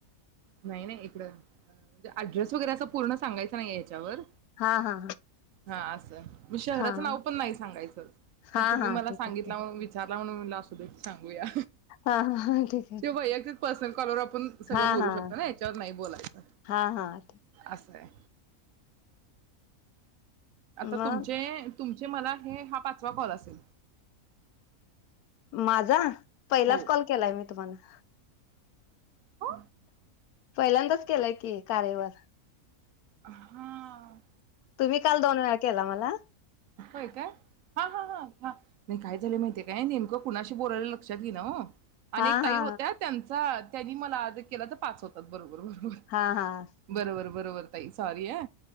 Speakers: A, on the right (about 70°); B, on the left (about 80°).
A: नाही नाही इकडं म्हणजे अड्रेस वगैरे असं ते पुर्ण सांगायचं नाही याच्यावर
B: हा हा
A: हा अस शहराच
B: हा हा
A: नाव पण नाही सांगायच
B: हा
A: पण तुम्ही
B: हा
A: मला
B: ठीक
A: सांगितला
B: आहे
A: म्हणून विचारल <unintelligible> म्हटल असुदे सांग गूया
B: हा हा हा ठीक आहे
A: त्यो वैयक्तिक पर्सनल कॉलवर आपण सगळं
B: हा
A: बोलू
B: हा
A: शकतो ना, याच्यावर नाही बोलायचं
B: हा हा ठीक.
A: असंय आता
B: मग
A: तुमचे तुमचे मला हे हा पाचवा कॉल असेल
B: माझा पहिलाच
A: हो.
B: कॉल केलाय मी तुम्हाला
A: हो
B: पहिल्यांदाच केलाय कि कार्यवर
A: हा आ
B: तुम्ही काल दोन वेळा केला मला
A: होय काय? हा हा हा वा नाही काय झालं माहितीय काय नेमकं कुणाशी बोललोय लक्षात येईना ओ....
B: हा
A: अनेक ताई
B: हा
A: होत्या त्यांचा त्यांनी मला आज एक केला तर पाच होतात बरोबर. <unintelligible>
B: हा हा हा
A: बरोबर बरोबर ताई सॉरी आ